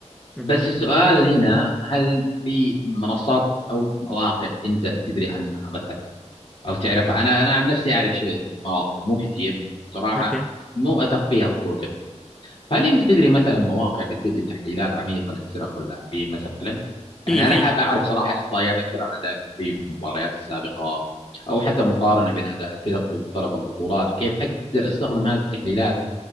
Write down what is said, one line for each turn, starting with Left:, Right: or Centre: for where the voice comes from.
Centre: مهم.
Left: بس السؤال هنا هل في منصات او مواقع انت تدري عنها مثلا او تعرفها انا انا عن نفسي اعرف شويه مواقع مو كثير وصراحه
Centre: اوكي
Left: مو اثق فيها بصوره كبيره فهل انت تدري مثلا مواقع بتقدم تحليلات عميقه للفرق واللاعبين مثلا؟ يعني
Centre: اي فيه
Left: انا حاب اعرف صراحه احصائيات اكثر عن اداء اللاعبين في المباريات السابقه او حتى مقارنه بين اداء الفرق في مختلف البطولات وكيف اقدر استخدم هذه التحليلات